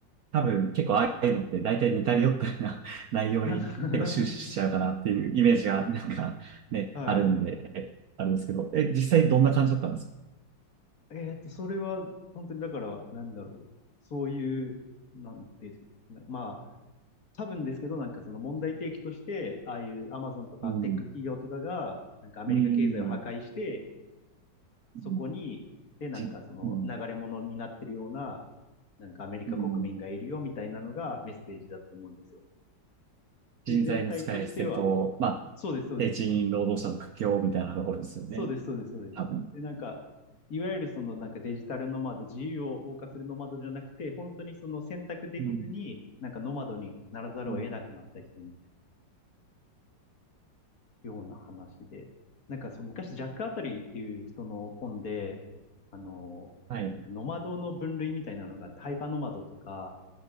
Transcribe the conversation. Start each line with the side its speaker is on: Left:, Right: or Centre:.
Right: 多分結構ああいうのって大体似たり寄ったりな <laughs> 内容に結構終始しちゃうかなっていうイメージがなんかね、
Left: <laughs> はい。
Right: あるんで、あれですけど、え、実際どんな感じだったんですか
Left: えっと、それは、本当にだから、なんだろう。そういう、なんです。なまあ、多分ですけど、なんかその問題提起として、ああいうアマゾンとかテック企業とかが、
Right: うん。
Left: なんかアメリカ経済を破壊して、
Right: うん。うん
Left: そこに、で、なんかその流れ物になってるような、
Right: じ、うん。
Left: なんかアメリカ国民がいるよみたいなのがメッセージだと思うんですよ。
Right: うん人材の使い捨てと、
Left: で、全体としては、
Right: まあ、
Left: そうです、そうです。
Right: 低賃労働者の苦境みたいなところですよね。
Left: そうです、そうです、そうです。
Right: 多分。
Left: で、なんか、いわゆるそのなんかデジタルノマド、自由を謳歌するノマドじゃなくて、本当にその選択できずに、
Right: うん。
Left: なんかノマドにならざるを得なくなった人みたいな
Right: うん。
Left: ような話で、なんかその昔ジャック・アタリーっていう人の本で、あの、
Right: はい。
Left: なんかノマドの分類みたいなのがあって、ハイパーノマドとか、